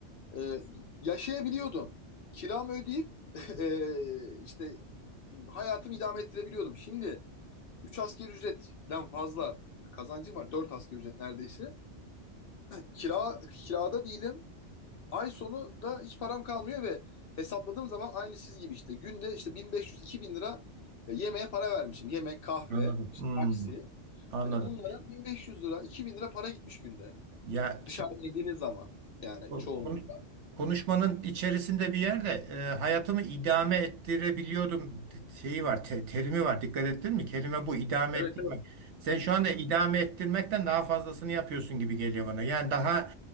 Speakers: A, on the left; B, on the right.
A: Ee, yaşayabiliyordum. Kiramı ödeyip <laughs> e, işte hayatımı idame ettirebiliyordum. Şimdi 3 asgari ücretten fazla kazancım var. 4 asgari ücret neredeyse. Kira, kirada değilim. Ay sonu da hiç param kalmıyor ve hesapladığım zaman aynı siz gibi işte. Günde işte 1500-2000 lira e, yemeğe para vermişim. Yemek, kahve,
B: Anladım.
A: işte
B: Hı.
A: taksi.
B: Anladım.
A: Hani bunlara 1500 lira, 2000 lira para gitmiş günde.
B: Ya
A: Dışarıda
B: şimdi
A: yediğiniz zaman yani
B: Bu
A: çoğunlukla.
B: kon- Konuşmanın içerisinde bir yerde e, hayatımı idame ettirebiliyordum şeyi var, te- terimi var. Dikkat ettin mi? Kelime bu idame
A: Evet
B: ettirmek.
A: evet.
B: Sen şu anda idame ettirmekten daha fazlasını yapıyorsun gibi geliyor bana. Yani daha